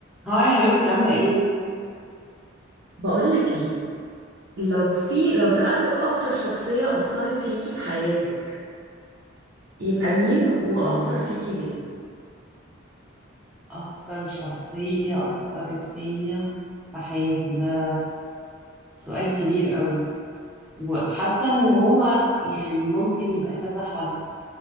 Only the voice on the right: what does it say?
بقولك ايه لو في لو سألتك اكتر شخصية أثرت فيكي في حياتك يبقى مين وأثر
فيكي ليه